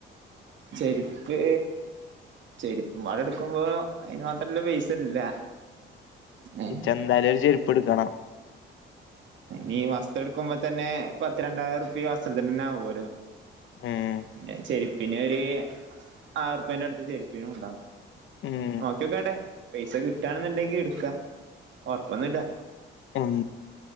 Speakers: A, on the right; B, on the left.
A: ചെരിപ്പ് ചെരുപ്പുംപാടെ എടുക്കുമ്പോ അയ്ന് മാത്രള്ള പൈസ ഇല്ല ഏ
B: ഇച്ചെന്തായാലും ഒരു ചെരുപെടുക്കണം
A: അയ്നീ വസ്ത്രെടുക്കുമ്പൊതന്നെ പത്തി രണ്ടായിരം റുപ്യ വസ്ത്രത്തിനന്നെ ആവോല്ലോ
B: ഉം
A: പിന്നെ ചെരുപ്പിനൊര് ആയ്രുപ്യേന്റടുത്ത് ചെരുപ്പിനുംണ്ടാവും
B: ഉം
A: നോക്ക്യോക്കട്ടെ പൈസ കിട്ടാണെന്നുണ്ടെങ്കിടുക്കാ ഒർപ്പൊന്നുല്ല
B: ഉം